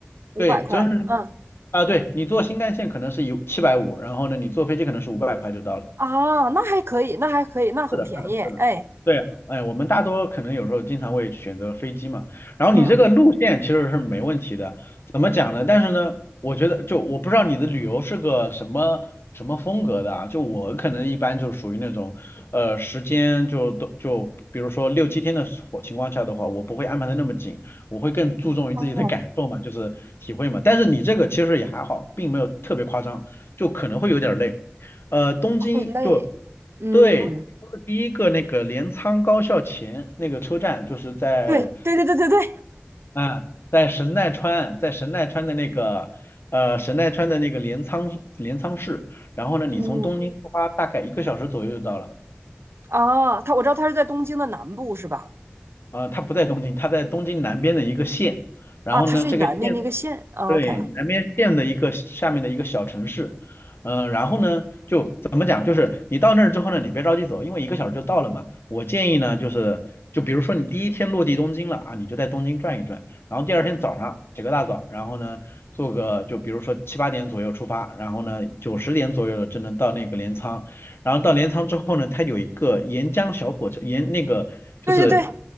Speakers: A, on the right; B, on the left.
A: 五百块，
B: 对，折合成人民币啊，
A: 嗯
B: 对你坐新干线可能是一七百五，750然后呢，你坐飞机可能是五百块就到了。
A: 啊，那还可以，那还可以，那很便宜，
B: 是的，是的，
A: 哎，
B: 是的，对啊，哎，我们大多可能有时候经常会选择飞机嘛，然后你这个路线其实是没问题的，
A: 嗯，
B: 怎么讲呢？但是呢，我觉得就我不知道你的旅游是个什么什么风格的啊，就我可能一般就属于那种，呃，时间就都就比如说六七天的火情况下的话，我不会安排的那么紧，我会更注重于自己的感受嘛，
A: 哦，
B: 就是体会嘛。但是你这个其实也还好，并没有特别夸张，就可能会有点累。呃，东京就
A: 他会累，嗯，
B: 对，说的第一个那个镰仓高校前那个车站，就是在
A: 对对对对对对，
B: 嗯，在神奈川，在神奈川的那个呃神奈川的那个镰仓镰仓市，然后呢，
A: 嗯，
B: 你从东京出发大概一个小时左右就到了。
A: 啊，他我知道他是在东京的南部是吧？
B: 啊，他不在东京，他在东京南边的一个县，然后呢，
A: 啊，它是南面那个县啊，OK，
B: 这个县。对，南边县的一个下面的一个小城市，嗯、然后呢，就怎么讲，就是你到那儿之后呢，你别着急走，因为一个小时就到了嘛。我建议呢，就是就比如说你第一天落地东京了啊，你就在东京转一转，然后第二天早上起个大早，
A: 嗯，
B: 然后呢，做个就比如说七八点左右出发，然后呢九十点左右了就能到那个镰仓，然后到镰仓之后呢，它有一个沿江小火车，沿那个就是
A: 对对对，